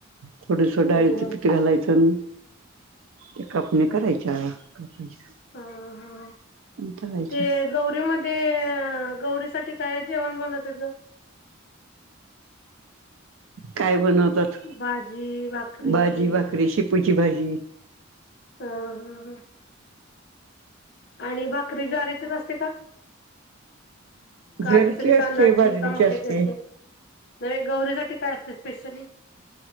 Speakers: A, on the right (about 75°); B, on the left (about 55°).
A: थोडस
B: हम्म
A: डाळीचं
B: हम्म
A: पीठ घालायचं नं ते कापण्या करायच कापायच्या
B: हा हा
A: आणी तलायच्या.
B: ते गौरीमध्ये गौरी साठी काय जेवण बनवत्यात ग?
A: काय बनवतात,
B: भाजी, भाकरी
A: भाजी, भाकरी, शेपूची भाजी.
B: हा हा हा आणि भाकरी ज्वारीचीच असते का? का
A: ज्वारीची
B: दुसरी
A: असते
B: तांदळाची
A: बाजरीची
B: का मक्याची
A: असते
B: असतीया नवे गौरीसाठी काय असते स्पेशली